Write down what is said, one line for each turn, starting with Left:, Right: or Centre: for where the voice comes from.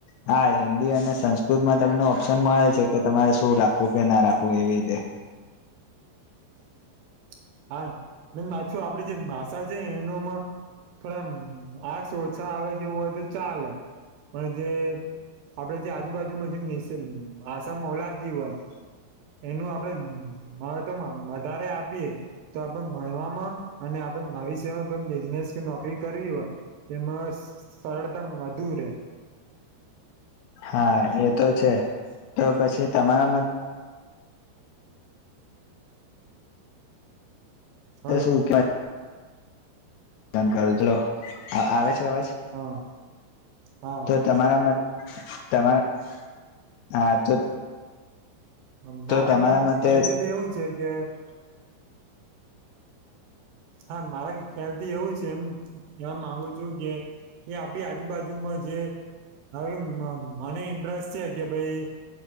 Left: હાઆ હિન્દી અને સંસ્કૃતમાં તમને ઓપ્શન મળે છે કે તમારે શું રાખવું કે ના રાખવું એવી રીતે.
Right: ખાલી હા <unintelligible> છું આપડી જે ભાષા છે એનુંમાં પણ આમ માર્ક્સ ઓછા આવે કે એવું હોય તો ચાલે પણ જે આપડે જે આજુબાજુમાં જેમ ઇસમ આસામમાં ઓલાદી હોય એનું આપડે મહતમ વધારે આપીએ તો આપણ ભણવામાં અને આપણ ભવિષ્યમાં કોઇ બિઝનેસ કે નોકરી કરવી ઓય તેમાં સસ સરળતામ વધુ રે.
Left: હા એ તો છે તો પછી તમારા મત
Right: હલો
Left: તે શું કવા <unintelligible> કરો ચલો આ આવે છે વાજ
Right: હા હા
Left: તો તમારામાં તમારા હા તો
Right: અં મારા
Left: તો તમારા
Right: <unintelligible>
Left: મતે
Right: હાલ્ત <unintelligible> તો એવું છે કે ખાલી હા મારા ખ્યાલથી એવું જ. જેએમ કેવા માંગુ છું કે એ આપડી આજુબાજુમાં જે હ મ મ મને ઇન્ટરેસ્ટ છે કે ભઈ